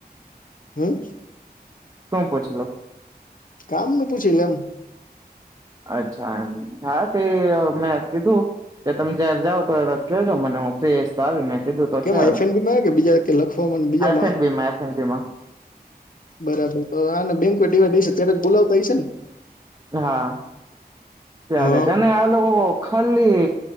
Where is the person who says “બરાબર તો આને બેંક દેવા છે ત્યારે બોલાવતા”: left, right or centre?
Left